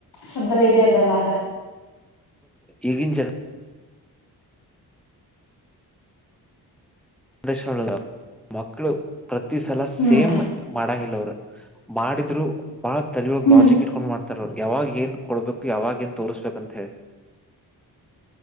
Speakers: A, on the left; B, in the centre.
A: ಶಬ್ದವೇದಿಯದಲ್ಲ ಅದ
B: ಈಗಿ ಜಾಗ ಜರಷನ್ ಮಕ್ಳು ಪ್ರತಿ ಸಲ ಸೇಮ್
A: ಹ್ಮ್
B: ಮಾಡಂಗಿಲ್ಲ ಅವರು ಮಾಡಿದ್ರು ಬಾಳ ತಲಿಯೋಳ
A: ಹ್ಮ್
B: ಲಾಜಿಕ್ ಇಟ್ಕೊಂಡ್ ಮಾಡ್ತಾರೆ ಯಾವಾಗ ಏನ್ ಕೊಡ್ಬೇಕು ಯಾವಾಗ ಏನ್ ತೋರಿಸಬೇಕಂತ ಹೇಳಿ